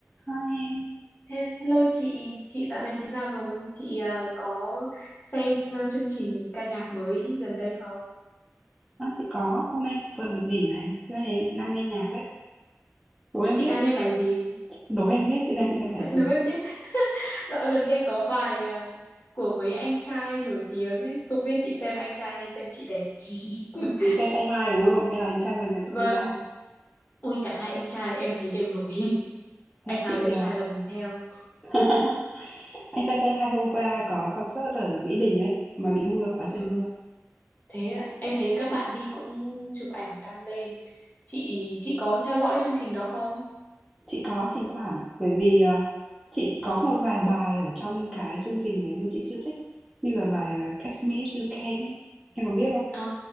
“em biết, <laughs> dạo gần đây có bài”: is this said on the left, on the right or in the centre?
Left